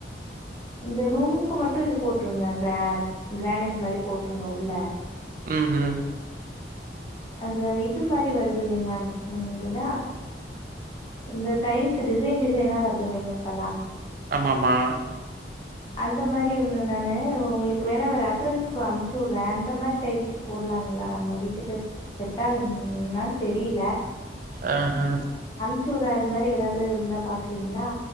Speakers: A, on the left; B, on the right.
A: இந்த ரூம்கு மட்டு இது போட்டுருங்க கிரா கிரானைட் மாரி போட்டுருங்க உள்ள
B: உம் ஹூம்
A: அந்த இது மாரி வருது இல்லைங்க ம் அதென்ன இந்த டைல்ஸ் டிசைன் டிசைனா வருது இல்லைங்க இப்பெல்லா
B: ஆமாமா
A: அந்த மாரி ஒண்ணு நானு உங்களுக்கு வேணா ரெஃபரன்ஸ்க்கு அனுப்ச்சு விடுற அந்த மாரி டைல்ஸ் போடலாங்ளா நம்ம வீட்டுக்கு செட்டாகுமான்னு தெரியல
B: எஹூ
A: ப்ச்சுவிடுற அது மாரி எதாவது இருந்தா பாக்கறீங்ளா